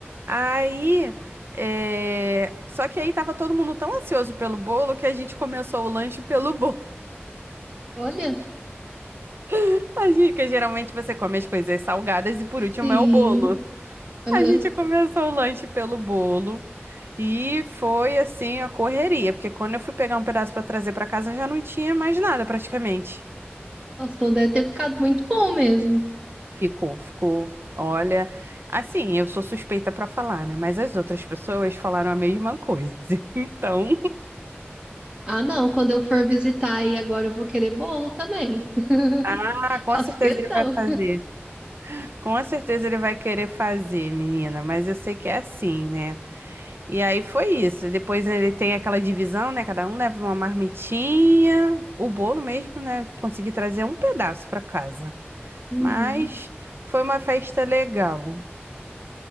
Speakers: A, on the right; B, on the right.
A: Aí, é, só que aí tava todo mundo tão ansioso pelo bolo que a gente começou o lanche pelo bolo.
B: Olha,
A: <laughs> Porque geralmente você come as coisas salgadas e por
B: sim.
A: último é o bolo.
B: Aham.
A: A gente começou o lanche pelo bolo e foi assim a correria, porque quando eu fui pegar um pedaço para trazer para casa já não tinha mais nada praticamente.
B: Nossa, então deve ter ficado muito bom mesmo.
A: Ficou, ficou. Olha, assim, eu sou suspeita para falar, né? Mas as outras pessoas falaram a mesma coisa. <laughs> Então,
B: Ah, não, quando eu for visitar aí agora eu vou querer bolo também. <laughs>
A: ah, com
B: Faço
A: certeza
B: questão.
A: ele vai fazer. Com certeza ele vai querer fazer, menina, mas eu sei que é assim, né? E aí foi isso. Depois ele tem aquela divisão, né? Cada um leva uma marmitinha. O bolo mesmo, né? Consegui trazer um pedaço pra casa.
B: Uhum.
A: Mas foi uma festa legal.